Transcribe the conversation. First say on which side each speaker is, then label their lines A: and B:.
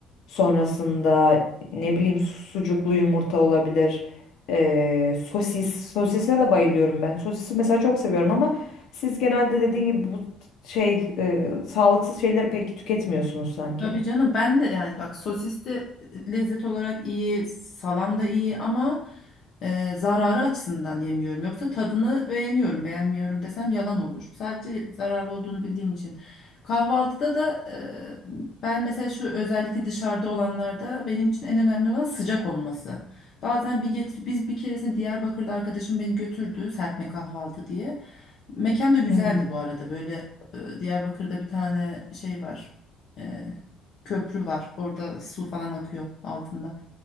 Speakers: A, on the left; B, on the left.
A: Sonrasında ne bileyim sucuklu yumurta olabilir. Ee, sosis. Sosise de bayılıyorum ben. Sosisi mesela çok seviyorum ama siz genelde dediğin gibi bu şey e, sağlıksız şeyleri pek tüketmiyorsunuz sanki.
B: Tabii canım ben de yani bak sosis de lezzet olarak iyi, salam da iyi ama e, zararı açısından yemiyorum. Yoksa tadını beğeniyorum, beğenmiyorum desem yalan olur. Sadece zararlı olduğunu bildiğim için. Kahvaltıda da e, ben mesela şu özellikle dışarıda olanlarda benim için en önemli olan sıcak olması. Bazen bir getir biz bir keresinde Diyarbakır'da arkadaşım beni götürdü serpme kahvaltı diye. Mekan da güzeldi
A: Hı hı.
B: bu arada böyle e, Diyarbakır'da bir tane şey var. e, köprü var. Orada su falan akıyor altından.